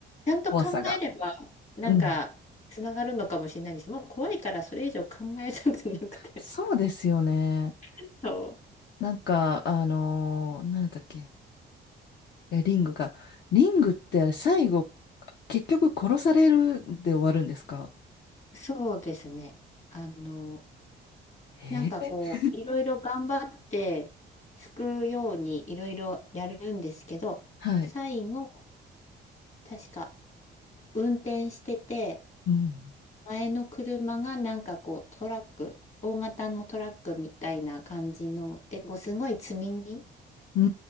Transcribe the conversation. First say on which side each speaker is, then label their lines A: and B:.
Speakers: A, on the left; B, on the left.
A: ちゃんと考えれば、
B: 怖さが。
A: なんか、
B: うん。
A: つながるのかもしれないんですけど、もう怖いからそれ以上考えたくなくて。
B: そうですよね。
A: <laughs> そ
B: なんか、あのーなんだっけ。いや、リングが。リングってあれ最後、結局殺されるで終わるんですか
A: う。そうですね。あの、
B: えー、
A: なんかこう、いろいろ頑張って、救うようにいろいろやるんですけど、
B: はい。
A: 最後、確か運転してて、
B: うん。
A: 前の車がなんかこう、トラック、大型のトラックみたいな感じの、で、こう、すごい積み荷
B: うー